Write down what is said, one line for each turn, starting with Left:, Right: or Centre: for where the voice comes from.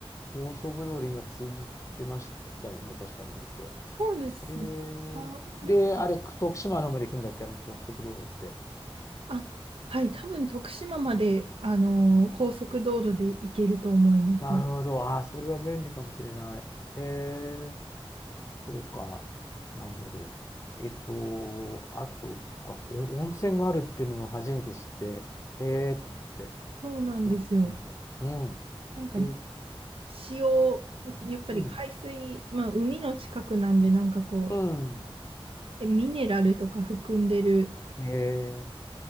Left: 高速道路今通じてましたよね。確かあの辺って。
Right: そうです。
Left: えー、
Right: あ、なんか、
Left: で、あれ、徳島の方まで行くんだっけあの高速道路って。
Right: あ、はい、多分徳島まで、あのー高速道路で行けると思います。
Left: なるほど。ああ、それは便利かもしれない。へえ、そうか。なるほど。えっと、あと、そうか、お温泉があるっていうのを初めて知って、へえ、と思って。
Right: そうなんですよ。
Left: そっか。うん。
Right: なんか
Left: え、
Right: 塩、やっぱり海水、
Left: うん。
Right: まあ海の近くなんで、なんかこう、
Left: うん。
Right: えミネラルとか含んでる
Left: へえ、